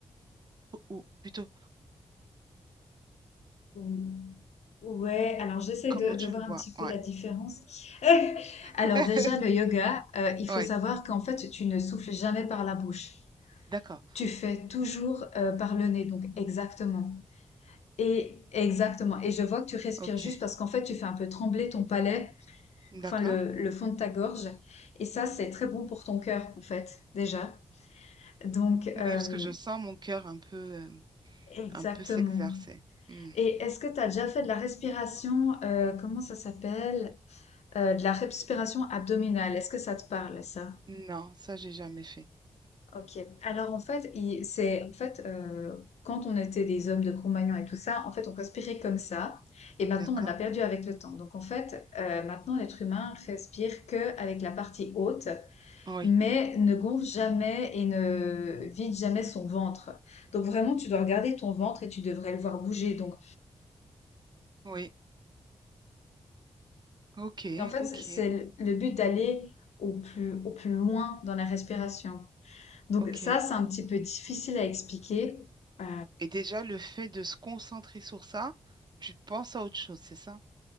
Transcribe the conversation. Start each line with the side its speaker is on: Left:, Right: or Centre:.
Right: Ou, ou plutôt,
Left: Ou- Ouais, alors j'essaie
Right: comment
Left: de, de
Right: tu
Left: voir
Right: le vois?
Left: un petit
Right: Ouais.
Left: peu la différence. <laughs> Alors
Right: <laughs>
Left: déjà, le yoga, euh, il faut
Right: Ouais,
Left: savoir qu'en fait, tu ne souffles jamais par la bouche.
Right: d'accord.
Left: Tu fais toujours euh, par le nez, donc exactement. Et exactement. Et je vois que tu respires
Right: Ok.
Left: juste parce qu'en fait, tu fais un peu trembler ton palais,
Right: D'accord.
Left: enfin le, le fond de ta gorge. Et ça, c'est très bon pour ton cœur, en fait, déjà. Donc,
Right: Oui,
Left: euh,
Right: parce que je sens mon cœur un peu, euh,
Left: exactement.
Right: un peu s'exercer. Hmm.
Left: Et est-ce que tu as déjà fait de la respiration, euh, comment ça s'appelle? Euh, de la respiration abdominale, est-ce que ça te parle, ça?
Right: Non, ça, j'ai jamais fait.
Left: Ok. Alors en fait, il- c'est en fait euh, quand on était des hommes de Cro-Magnon et tout ça, en fait, on respirait comme ça. Et maintenant,
Right: D'accord.
Left: on l'a perdu avec le temps. Donc en fait, euh, maintenant, l'être humain respire que avec la partie haute,
Right: Oui,
Left: mais ne gonfle jamais et ne vide jamais son ventre. Donc vraiment, tu dois regarder ton ventre et tu devrais le voir bouger. Donc
Right: oui. Ok,
Left: et en fait,
Right: ok,
Left: c'est le le but d'aller au plus au plus loin dans la respiration. Donc
Right: ok.
Left: ça, c'est un petit peu difficile à expliquer. Euh,
Right: Et déjà, le fait de se concentrer sur ça, tu penses à autre chose, c'est ça?